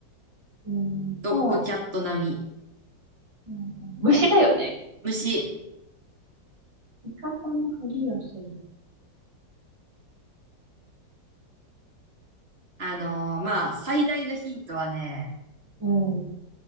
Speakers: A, on the right; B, on the right.
A: うーんと、
B: ドッグキャット並み。
A: うんうん虫だよね。
B: 虫。
A: 味方のふりをする。
B: あのーまあ、最大のヒントはね、
A: うん。